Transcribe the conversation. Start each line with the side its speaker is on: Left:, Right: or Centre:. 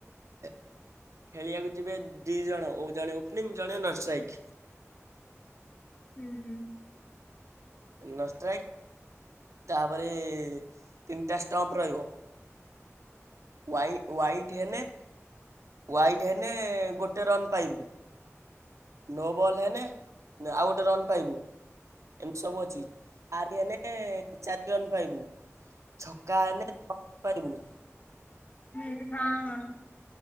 Right: ଖେଳିବାକୁ ଯିବେ ଦି ଜଣ ଓ ଜଣେ ଓପନିଂ ଜଣେ ନନଷ୍ଟ୍ରାଇକ୍।
Left: ହୁଁ ହୁଁ।
Right: ନଷ୍ଟ୍ରାଇକ୍। ତାପରେ ତିନିଟା ଷ୍ଟମ୍ପ ରହିବ। ୱାଇ ୱାଇଡ ହେନେ ୱାଇଡ ହେନେ ଗୋଟେ ରନ୍ ପାଇବୁ। ନୋ ବଲ୍ ହେନେ ଆଉ ଗୋଟେ ରନ୍ ପାଇବୁ। ଏମତି ସବୁ ଅଛି ଆରିଏନେ ଚାରି ରନ୍ ପାଇବୁ। ଛକା ହେନେ ଛ ପାଇବୁ।
Left: ରେ ହଁ ହଁ।